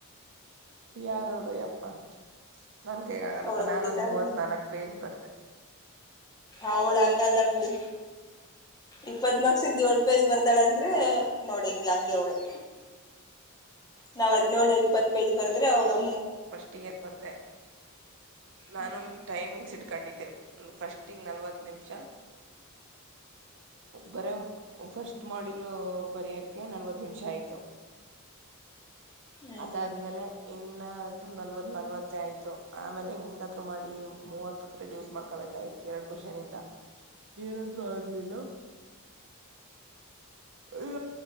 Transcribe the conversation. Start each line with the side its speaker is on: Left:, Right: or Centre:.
Right: ಯಾರ ಅವ್ಳು ಯಪ್ಪಾ ನನ್ ಕೈಗ್ ಆಗಲ್ಲಪ್ಪ
Left: ಅವಳೊಬ್ಳ
Right: ನಾನ್ ಒಂದ್
Left: ಇದಾಗಿ
Right: ಮೂವತ್ ನಾಲ್ಕ್ ಪೇಜ್ ಬರ್ದೆ.
Left: ಅವಳು ಹಂಗಲ್ಲ ಬಿಡಿ ಇಪ್ಪತ್ ಮಾರ್ಕ್ಸಿಂದ್ ಯೋಳ್ ಪೇಜ್ ಬರ್ದಾಳ ಅಂದ್ರೆ ನೋಡಿ ಹಿಂಗ್ ಹಂಗೆ ಅವ್ಳು. ನಾವ್ ಹದ್ನೇಳು ಇಪ್ಪತ್ತು ಪೇಜ್ ಬರ್ದ್ರೆ ಅವ್ಳು
Right: ಫಸ್ಟ್ ಇಯರ್ ಬರ್ದೆ ನಾನು
Left: ಹ್ಮ್
Right: ಟೈಮಿಂಗ್ಸ್ ಇಟ್ಕೊಂಡಿದ್ದೆ ಫಸ್ಟ್ ಹಂಗ್ ನಲ್ವತ್ ನಿಮಿಷ ಬರ ಫಸ್ಟ್ ಮಾಡಿಲ್ ಬರಿಯಕ ನಲ್ವತ್ ನಿಮಿಷ ಆಯ್ತು
Left: ಹ್ಮ್
Right: ಅದ ಆದ್ಮೇಲೆ ಇನ್ ನ ನಲ್ವತ್ ನಲ್ವತ್ತ ಆಯ್ತು ಆಮೇಲೆ ಹೆಂಗಾದರು ಮಾಡಿ ಮೂವತ್ತಕ್ ರೆಡ್ಯೂಸ್ ಮಾಡ್ಕೋಬೇಕಯ್ತು ಎರಡ್ ಕ್ವನ್ ಇಿಂದ ಏನಾದ್ರು ಆಗ್ಲಿಲ್ಲ ಇ